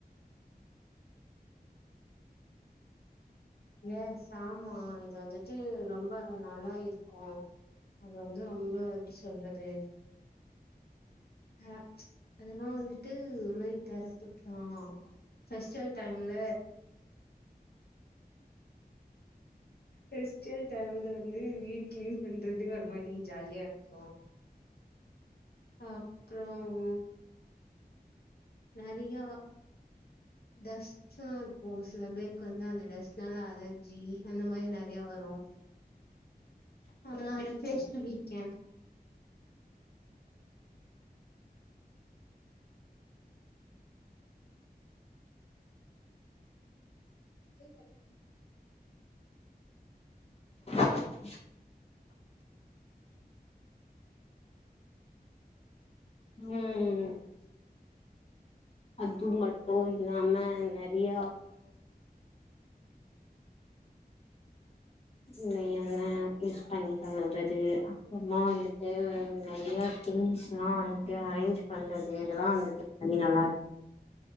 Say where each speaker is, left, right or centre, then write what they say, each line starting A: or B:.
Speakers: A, on the left (about 70°); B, on the left (about 40°).
A: ஏ ஆமாம் இது வந்துட்டு ரொம்ப நல்லா இருக்கும் அது வந்து ரொம்ப எப்படி சொல்றது அஹ அதெல்லாம் வந்துட்டு ஒருமதி திறப்பிக்கலாம் பெஸ்டிவல் டைம்ல பெஸ்டிவல்ல டையமுல்ல வந்து வீடு கிளீன் பண்றது ஒரு மாதிரி ஜாலியா இருக்கும் அப்புறம் நிறைய டஸ்ட்ல்லாம் இருக்கும் சில பேருக்கு வந்து அந்த டஸ்ட்னால அலர்ஜி அந்த மாதிரி நிறைய வரும் ஆ பேஸ் க்கே வ தப்ப
B: <inaudible> உம்
A: <inaudible>
B: அது மட்டும் இல்லாம நிறைய இ என்ன யூஸ் பண்ணி தழுவுறது அப்புறமா வந்துட்டு நிறைய திங்ஸ் எல்லாம் வந்துட்டு அரேஞ்ச் பண்றது இதெல்லாம் வந்துட்டு தி நல்லா இருக்கும்